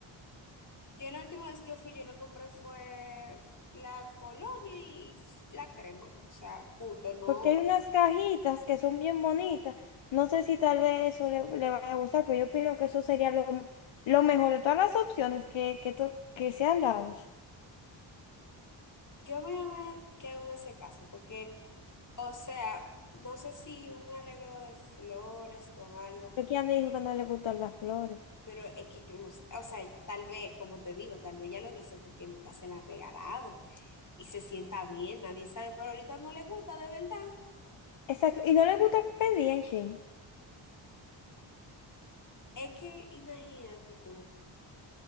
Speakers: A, on the left; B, on the left.
A: yo la última vez que fui, yo le compré fue la colonia y la crema, o sea, juntos, no.
B: porque hay unas cajitas que son bien bonitas. No sé si tal vez eso le, le vaya a gustar, pero yo opino que eso sería lo, lo mejor de todas las opciones que, que, tú- que se han dado.
A: Yo voy a ver qué hago en ese caso, porque, o sea, no sé si un arreglo de flores con algo,
B: Porque ya me dijo que no le gustan las flores.
A: pero es que yo no sé, o sea, tal vez, como te digo, tal vez ya lo dice porque nunca se la han regalado y se sienta bien, nadie sabe, pero ahorita no le gusta de verdad.
B: Exacto, y no le gusta pedir en Shein,
A: Es que imagínate tú,